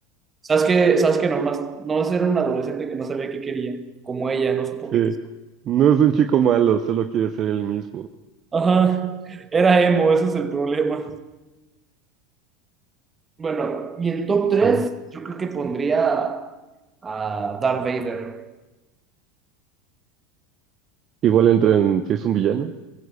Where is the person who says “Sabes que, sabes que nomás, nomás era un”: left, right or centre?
Right